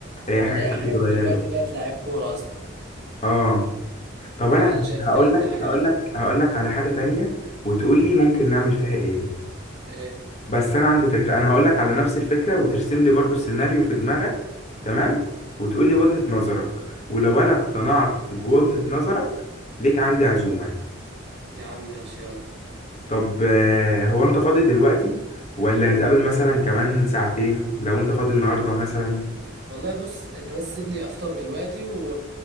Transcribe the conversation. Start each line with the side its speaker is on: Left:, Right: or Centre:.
Left: آه،
Right: والاقي
Left: حياتك
Right: حياتي
Left: اتغيرت
Right: دلوقتي بقت لعيب كوره اصلا
Left: اه طب
Right: فانا
Left: انا
Right: شايف
Left: هقول
Right: يعني إن
Left: لك
Right: دي حاجه
Left: هقول
Right: حلوه
Left: لك هقول لك على حاجة تانية وتقول لي ممكن نعمل فيها ايه
Right: ايه
Left: بس انا عندي فكره انا هقول لك على نفس الفكره وترسم لي برضو السيناريو في دماغك تمام وتقول لي وجهه نظرك ولو انا اقتنعت بوجهه نظرك ليك عندي عزومه
Right: يا عم ماشي يلا
Left: طب آه، هو انت فاضي دلوقتي ولا نتقابل مثلا كمان ساعتين لو انت فاضي النهارده مثلا
Right: والله بص انت بس سيبني افطر دلوقتي و...